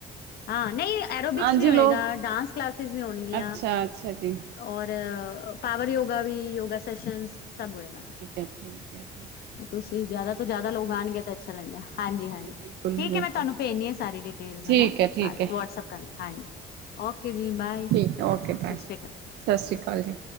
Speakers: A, on the left; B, on the right.
A: ਹਾਂ ਨਈ, ਐਰੋਬਿਕਸ
B: ਹਾਂਜੀ
A: ਵੀ ਹੋਏਗਾ
B: ਲੋਕ
A: ਡਾਂਸ ਕਲਾਸਿਸ ਵੀ ਹੋਣਗੀਆਂ।
B: ਅੱਛਾ-ਅੱਛਾ ਜੀ
A: ਔਰ ਪਾਵਰ ਯੋਗਾ ਵੀ, ਯੋਗਾ ਸੈਸ਼ਨ ਸਭ ਹੋਏਗਾ।
B: ਅਛਾ- ਅਛਾ <unintelligible>
A: ਤੁਸੀਂ ਜ਼ਾਦਾ ਤੋਂ ਜ਼ਾਦਾ ਲੋਕ ਆਣਗੇ ਤੇ ਅੱਛਾ ਲੱਗਿਆ, ਹਾਂਜੀ ਹਾਂਜੀ।
B: ਬਿਲਕੁਲ
A: ਠੀਕ
B: ਬਿਲਕੁਲ
A: ਹੈ ਮੈਂ ਤੁੀਨੂੰ ਪੇਜਨੀ ਆ ਸਾਰੀ ਡਿਟੇਲ,
B: ਠੀਕ ਹੈ ਠੀਕ ਹੈ
A: ਵਟਸਐਪ ਕਰਨ ਹਾਂਜੀ। ਓਕੇ ਜੀ ਬਾਏ।
B: ਠੀਕ ਹੈ, ਓਕੇ
A: ਸਤਿ
B: ਬਾਏ,
A: ਸ਼੍ਰੀ ਅਕਾਲ
B: ਸਸ ਰੀ ਕਾਲ ਜੀ।